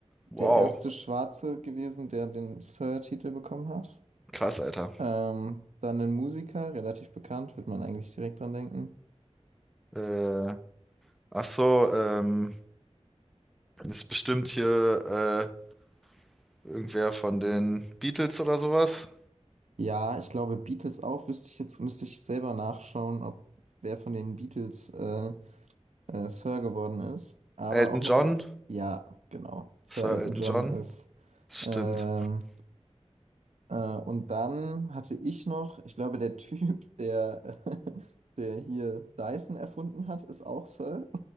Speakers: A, in the centre; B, on the right.
A: Wow,
B: der erste Schwarze gewesen, der den Sir-Titel bekommen hat.
A: krass, Alter.
B: Ähm, dann ein Musiker, relativ bekannt, wird man eigentlich direkt dran denken.
A: Äh, ach so, ähm, ist bestimmt hier. äh, Irgendwer von den Beatles oder sowas?
B: Ja, ich glaube Beatles auch. Wüsste ich jetzt, müsste ich selber nachschauen, ob wer von den Beatles äh, äh, Sir geworden ist. Aber
A: Elton
B: auch noch
A: John?
B: ein. a- Ja, genau. Sir
A: Sir
B: Elton
A: Elton
B: John
A: John?
B: ist.
A: Stimmt.
B: Ähm, äh, und dann hatte ich noch, ich glaube, der Typ, der, <laughs> der hier Dyson erfunden hat, ist auch Sir.